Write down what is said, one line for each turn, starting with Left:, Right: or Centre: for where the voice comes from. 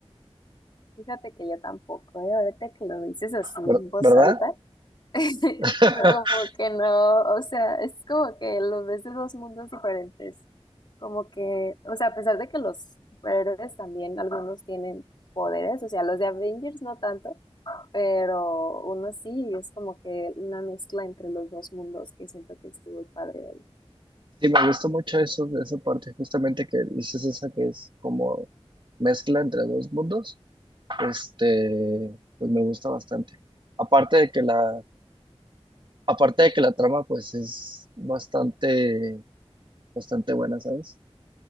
Left: fíjate que yo tampoco, ¿eh? Ahorita que lo dices así en
Right: Ver-
Left: voz
Right: ¿Verdad?
Left: alta, <laughs>
Right: <laughs>
Left: como que no, o sea, es como que lo ves de dos mundos diferentes. Como que, o sea, a pesar de que los superhéroes también algunos tienen poderes, o sea, los de Avengers no tanto, pero uno sí, es como que una mezcla entre los dos mundos que siento que estuvo padre ahí.
Right: Sí, me gusta mucho eso, de esa parte, justamente que dices esa que es como mezcla entre dos mundos. este, pues me gusta bastante. Aparte de que la, aparte de que la trama, pues es bastante, bastante buena, ¿sabes?